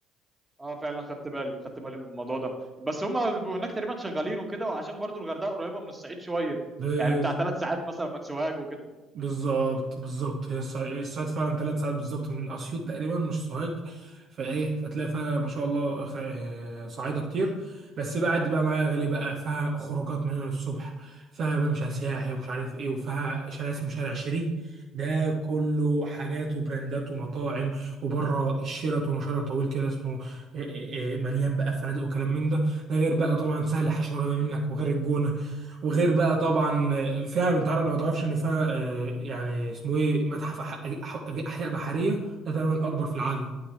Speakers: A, on the right; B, on the right.
A: اه فعلا خدت بالي خدت بالي من الموضوع ده بس هما بيبقوا هناك تقريبا شغالين وكده وعشان برضو الغردقه قريبه من الصعيد شويه
B: آه،
A: يعني بتاع ثلاث ساعات مثلا من سوهاج وكده
B: بالظبط بالظبط هي الص- الصيد فعلا ثلاث ساعات بالظبط من اسيوط تقريبا مش سوهاج فايه فتلاقي فيها ما شاء الله خ- آه، صعايده كتير بس بقى قد بقى معايا غالي بقى فيها خروجات من هنا للصبح فيها ممشى سياحي ومش عارف ايه وفيها شارع اسمه شارع شيري ده كله حاجات وبراندات ومطاعم وبره الشيراتون وشارع طويل كده اسمه آه، آه، آه، مليان بقى فنادق وكلام من ده ده غير بقى طبعا سهل حش قريبه منك وغير الجونه وغير بقى طبعا فيها انت عارف لو ما تعرفش ان فيها آه، يعني اسمه ايه متحف أح- أح- احياء بحريه ده تقريبا الاكبر في العالم